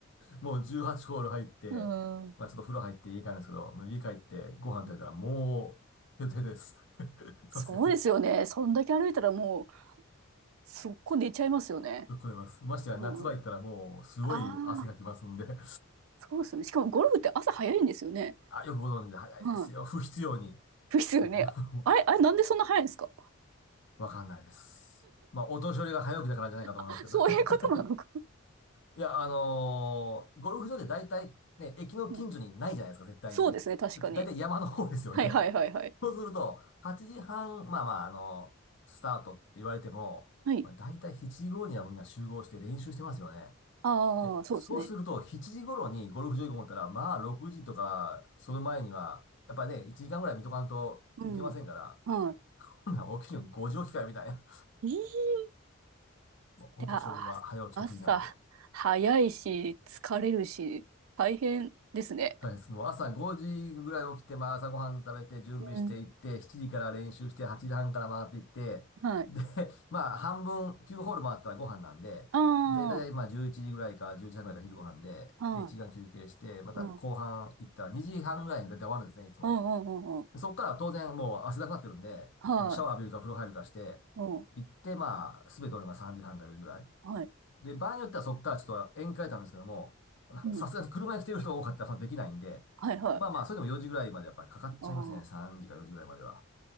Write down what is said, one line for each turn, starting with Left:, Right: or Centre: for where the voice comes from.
Left: もう18ホール入って、
Right: うん。うん
Left: まあちょっと風呂入って家帰るんですけど、もう家帰ってご飯食べたらもう、
Right: うん
Left: ヘトヘトです。<laughs>
Right: そうですよね。
Left: さすがに。
Right: そんだけ歩いたらもう、そこ寝ちゃいますよね。
Left: 聞こえます。ましてや夏場行ったらもうすごい汗かきますんで
Right: うん、ああ、
Left: <laughs>
Right: そうですよね。しかもゴルフって朝早いんですよね。
Left: あ、よくご存知で早いですよ。
Right: うん。
Left: 不必要に。
Right: ですよね。
Left: <laughs>
Right: あれ、あれ、なんでそんな早いんですか
Left: わかんないです。まあ、お年寄りが早起きだからじゃないかと思いますけど
Right: <laughs> そういうことなのか、
Left: <laughs> いや、あのーゴルフ場で大体ね、駅の近所にないじゃないですか、
Right: うん、
Left: 絶対に。
Right: そうですね、確かに。
Left: だって大体山の方ですよね。
Right: はいはいはいはい。
Left: <laughs> そうすると、8時半、まあまあ、あのスタートって言われても、
Right: はい。
Left: まあ、大体7時頃にはみんな集合して練習してますよね。
Right: ああ、
Left: で、
Right: そうですね。
Left: そうすると、7時頃にゴルフ場行こうと思ったら、まあ、6時とか、その前には、やっぱね、1時間ぐらい見とかんといけませんから、
Right: うん。はい。
Left: ほなん起きるの5時起きかよ、みたいな。
Right: えー、
Left: <laughs> もうお年寄りは早起き得意なんで。
Right: で、あ、朝早いし、疲れるし、大変ですね。
Left: 大変です。もう朝5時ぐらい起きて、まあ、朝ごはん食べて、準備していって、
Right: うん。
Left: 7時から練習して、8時半から回っていって、
Right: はい。
Left: で、まあ、半分、9ホール回ったらご飯なんで、
Right: あ
Left: で、だいたいまあ、11時ぐらいか、11時半ぐらいが昼ご飯で、
Right: あ、
Left: で、
Right: は
Left: 1時間休憩して、
Right: い。
Left: また後半行ったら2時半ぐらいにだいたい終わるんですね、
Right: うん。うん
Left: いつも。
Right: うんうんうん。
Left: そこから当然もう汗だくなってるんで、
Right: は
Left: あの、シャワー浴びるか風呂入るかして、
Right: い。うん。
Left: 行って、まあ、すべて俺が3時半か4時ぐらい。
Right: はい。
Left: で、場合によってはそこからちょっと宴会たんですけども、<laughs>
Right: うん。
Left: さすがに車に来てる人が多かったらそのできないんで、
Right: えはいはい。
Left: まあまあ、それでも4時ぐらいまでやっぱりかかっちゃいますね。
Right: ああ。
Left: 3時か4時ぐらいまでは。